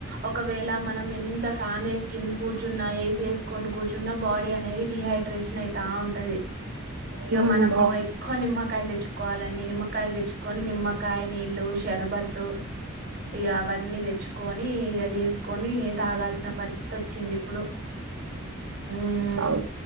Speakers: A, on the right (about 40°); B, on the right (about 85°).
A: ఒకవేళ మనం ఎంత ఫ్యాన్ వేసి కింద కూర్చున్నా ఏసి వేసుకొని కూర్చున్నా బాడీ అనేది డిహైడ్రేషన్ అయితా ఉంటది ఇగ
B: హ్మ్.
A: మనము
B: అవును
A: ఎక్కువ నిమ్మకాయలు తెచ్చుకోవాలండి నిమ్మకాయలు తెచ్చుకొని నిమ్మకాయ నీళ్లు షర్బతు ఇక అవన్నీ తెచ్చుకొని ఇక చేసుకొని తాగాల్సిన పరిస్థితి వచ్చింది ఇప్పుడు ఉమ్
B: అవును